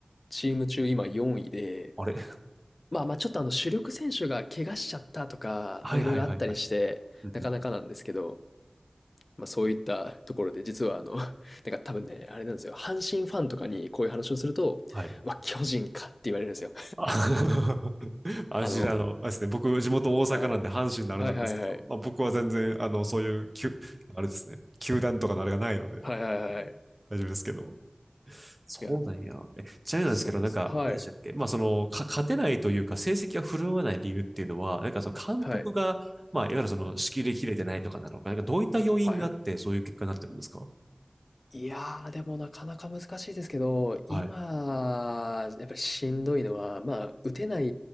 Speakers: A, on the left; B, on the right.
A: チーム中、今4位で、
B: あれ
A: まあまあ、ちょっとあの、主力選手が怪我しちゃったとか、
B: はいはいはいはい。
A: もういろいろあったりして、
B: うんうん
A: なかなかなんですけど、まあそういったところで、実はあの、<laughs> なんか多分ね、あれなんですよ、阪神ファンとかにこういう話をすると、
B: はい。
A: うわ、巨人かって言われるんですよ。
B: あ <laughs> 安心、
A: <laughs> あの、
B: あの、あれですね、僕、地元大阪なんで阪神のあれなんですけど、
A: はい。はいはいはい。
B: まあ、僕は全然、あの、そういう、きゅ、あれですね、球団とかのあれがないので、
A: はいはいはいはいはいはい
B: 大丈夫ですけど。そうなんや。
A: いや、
B: え、ちなみになんですけど、
A: そうですね。
B: なんか、
A: はい。
B: あれでしたっけまあ、その、か勝てないというか、成績が振るわない理由っていうのは、なんかその監督が、
A: はい。
B: まあ、いわゆるその、仕切り切れてないとかなのか、なんかどういった要因があって、
A: はいは
B: そういう結果になってるんですか
A: い。いやー、でもなかなか難しいですけど、
B: はい。
A: 今、やっぱりしんどいのは、まあ、打てない